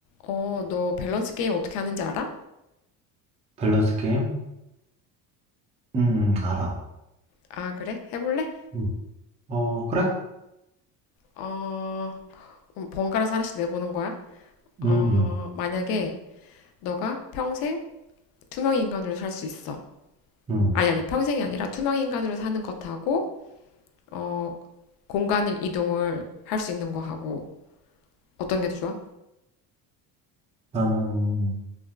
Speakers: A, on the left; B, on the right.
A: 어, 너 밸런스 게임 어떻게 하는지 알아?
B: 밸런스 게임? 응, 응, 알아.
A: 아, 그래? 해볼래?
B: 응. 어, 그래?
A: 어, 그럼 번갈아서 하나씩 내보는 거야? 어,
B: 응, 응,
A: 만약에 너가 평생 투명 인간으로 살 수 있어.
B: 응.
A: 아니, 아니, 평생이 아니라 투명 인간으로 사는 것하고, 어, 공간을 이동을 할 수 있는 거하고, 어떤 게 더 좋아?
B: 나는,